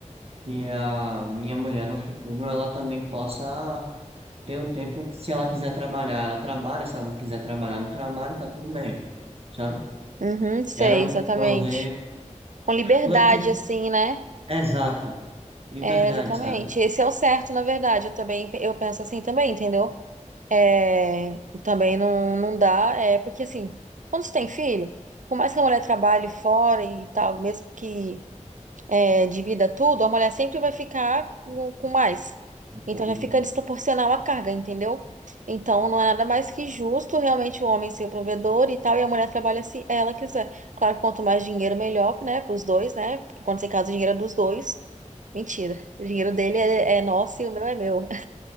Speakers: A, on the right (about 50°); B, on the right (about 75°).
A: que a minha mulher no futuro ela também possa ter o tempo que se ela quiser trabalhar, ela trabalha, se ela não quiser trabalhar, não trabalha, tá tudo bem, sabe?
B: uhum, sei,
A: Quero
B: exatamente.
A: prover
B: Com liberdade
A: Flexibilidade.
B: assim, né?
A: Exato. Liberdade,
B: É, exatamente.
A: sabe?
B: Esse é o certo, na verdade. Eu também, eu penso assim também, entendeu? É, também não, não dá, é porque assim, quando você tem filho, por mais que a mulher trabalhe fora e tal, mesmo que é, divida tudo, a mulher sempre vai ficar com com mais.
A: Um
B: Então
A: pouco,
B: já
A: né?
B: fica desproporcional a carga, entendeu? Então não é nada mais que justo realmente o homem ser o provedor e tal, e a mulher trabalha se ela quiser. Claro que quanto mais dinheiro, melhor, né, para os dois, né? Porque quando você casa, o dinheiro é dos dois. Mentira, o dinheiro dele é, é nosso e o meu é meu.